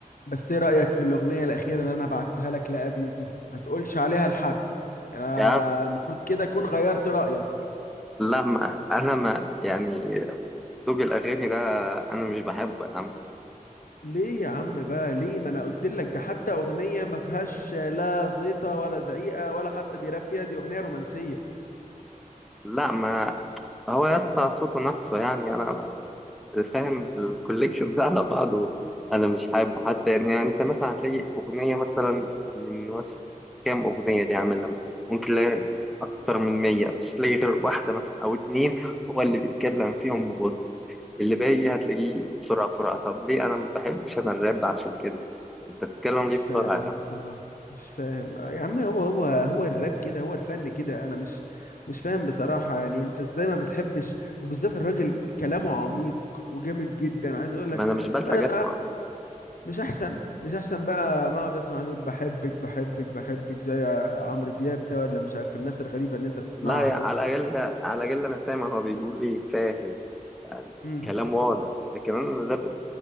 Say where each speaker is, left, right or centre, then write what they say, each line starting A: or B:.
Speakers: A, on the left; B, in the centre.
A: بس ايه رأيك في الأغنية الأخيرة اللي أنا بعتها لك لأبيو دي ما تقولش عليها لحد أنا
B: يا عم
A: المفروض كده أكون غيرت رأيك
B: لا ما انا ما يعني زوج الاغاني ده انا مش بحبه يا عم
A: ليه يا عم بقى ليه ما أنا قلت لك ده حتى أغنية ما فيهاش لا زيطة ولا زعيقة ولا حتى بيراب فيها دي أغنية رومانسية
B: لا ما هو يا اسطى صوته نفسه يعني انا فاهم الكوليكشن ده على بعضه انا مش حابه حتى يعني يعني انت مثلا هتلاقي اغنيه مثلا من وسط كام اغنيه دي عامل لما ممكن تلاقي اكتر من 100 مش تلاقي غير واحده مثلا او اتنين هو اللي بيتكلم فيهم ببطء اللي باقي هتلاقيه بسرعه بسرعه طب ليه انا ما بحبش انا الراب عشان كده انت بتتكلم
A: مش
B: ليه
A: فاهم
B: بسرعه يا عم؟
A: بصراحة مش فاهم يا عم هو هو هو الراب كده هو الفن كده أنا مش مش فاهم بصراحة يعني أنت إزاي ما بتحبش وبالذات الراجل كلامه عميق وجامد جدا عايز أقول لك
B: ما انا مش بلحق
A: بدل
B: اسمع
A: مش احسن مش احسن بقى ما اقعد اسمع دول بحبك بحبك بحبك زي عمرو دياب ده ولا مش عارف الناس الغريبه اللي انت بتسمعها
B: لا يا-
A: دي
B: على الاقل على الاقل انا سامع هو بيقول لي فاهم يعني
A: امم
B: الكلام واضح لكن انا الراب